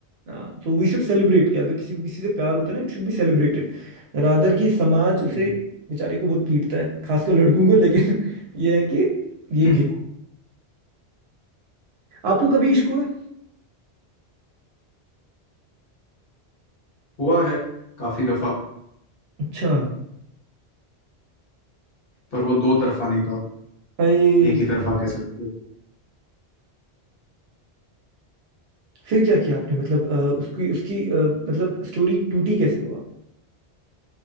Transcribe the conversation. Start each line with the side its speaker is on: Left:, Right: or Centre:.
Right: हाँ, तो वी शुड सेलिब्रेट कि अगर किसी को किसी से प्यार होता है ना it should be celebrated rather कि समाज उसे
Left: हम्म
Right: बेचारे को बहुत पीटता है खासकर लड़कों को लेकिन <laughs> ये है कि ये
Left: <laughs>
Right: गिफ्ट आपको कभी इश्क हुआ है?
Left: हुआ है काफी दफा
Right: अच्छा
Left: पर वो दो तरफा नहीं था
Right: अरे
Left: एक ही तरफा कह सकते हो।
Right: फिर क्या किया आपने मतलब अ, उसकी उसकी अ, मतलब स्टोरी टूटी कैसे हुआ